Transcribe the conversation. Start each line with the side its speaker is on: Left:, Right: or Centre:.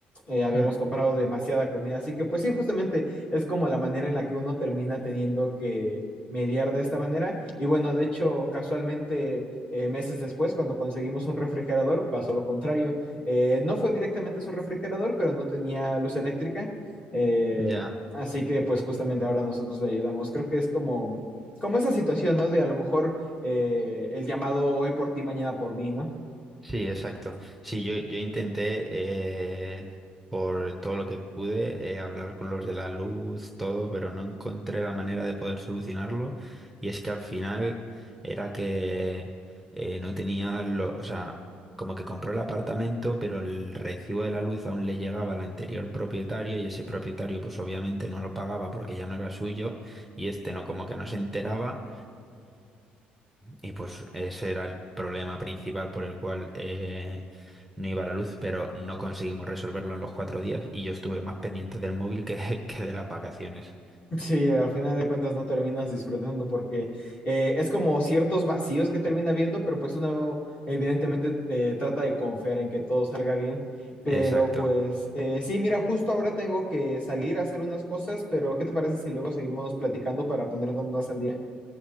Left: eh, habíamos
Centre: hmm,
Left: comprado demasiada comida, así que pues sí, justamente es como la manera en la que uno termina teniendo que mediar de esta manera. Y bueno, de hecho, casualmente, eh, meses después, cuando conseguimos un refrigerador, pasó lo contrario. Eh, no fue directamente su refrigerador, pero no tenía luz eléctrica. Eh,
Centre: ya.
Left: así que, pues, justamente ahora nosotros le ayudamos. Creo que es como, como esa situación, ¿no? De a lo mejor eh, el llamado hoy por ti, mañana por mí, ¿no?
Centre: Sí, exacto. Sí, yo, yo intenté eh, por todo lo que pude eh, hablar con los de la luz, todo, pero no encontré la manera de poder solucionarlo. Y es que al final era que eh, no tenía, lo, o sea, como que compró el apartamento, pero el recibo de la luz aún le llegaba al anterior propietario y ese propietario pues obviamente no lo pagaba porque ya no era suyo y este no, como que no se enteraba y pues ese era el problema principal por el cual eh, no iba la luz, pero no conseguimos resolverlo en los cuatro días y yo estuve más pendiente del móvil que, <laughs> que de las vacaciones.
Left: Sí, al final de cuentas no terminas disfrutando porque eh, es como ciertos vacíos que termina viendo, pero pues uno evidentemente eh, trata de confiar en que todo salga bien. Pero
Centre: Exacto.
Left: pues eh, sí, mira, justo ahora tengo que salir a hacer unas cosas, pero ¿qué te parece si luego seguimos platicando para ponernos más al día?